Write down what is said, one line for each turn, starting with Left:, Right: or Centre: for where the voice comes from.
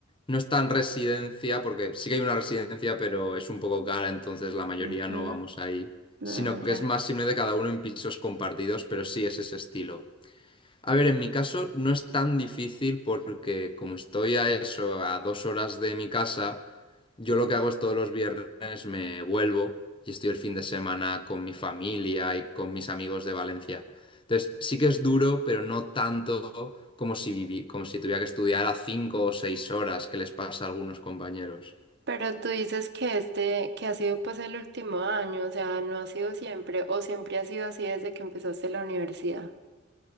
Left: No es tan residencia, porque sí que hay una residencia, pero es un poco cara, entonces la mayoría
Right: Ujú,
Left: no vamos ahí.
Right: no,
Left: Sino que
Right: ya.
Left: es más de cada uno en pisos compartidos, pero sí es ese estilo. A ver, en mi caso no es tan difícil porque como estoy a eso, a dos horas de mi casa, yo lo que hago es todos los viernes me vuelvo y estoy el fin de semana con mi familia y con mis amigos de Valencia. Entonces, sí que es duro, pero no tanto como si viví, como si tuviera que estudiar a cinco o seis horas que les pasa a algunos compañeros.
Right: Pero tú dices que este, que ha sido pues el último año, o sea, no ha sido siempre, o siempre ha sido así desde que empezaste la universidad.